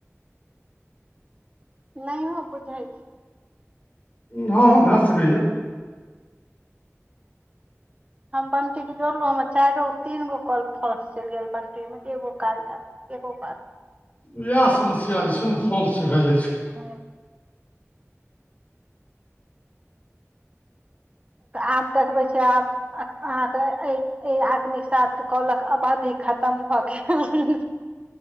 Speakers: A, on the right; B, on the left.
A: नहि हँ बुझाइ छै।
B: हँ भए सकैएा।
A: ह। हम बटी के जोड़लहूँर चारि गो तीन गो कल्प फर्स चलि गेल बटी मे एगो काज आल एगो बात।
B: इएह समस्या जे छै ने फॉल्स भए जाई छै
A: ह। आब देखबै छै आब अहाँकेँ एहि आदमी साथ कहलक अवधी खतम भऽ गेल